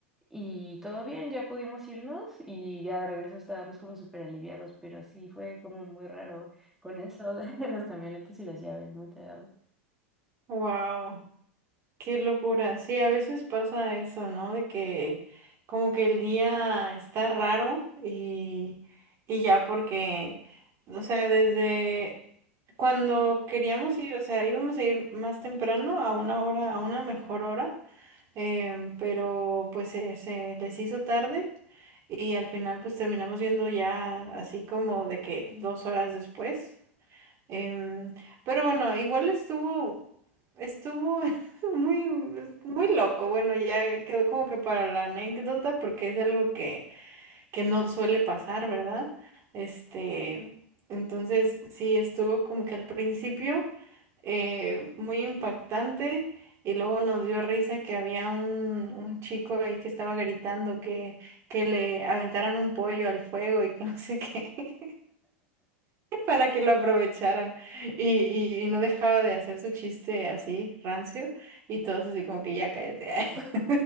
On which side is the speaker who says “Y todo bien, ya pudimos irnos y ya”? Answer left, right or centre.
Centre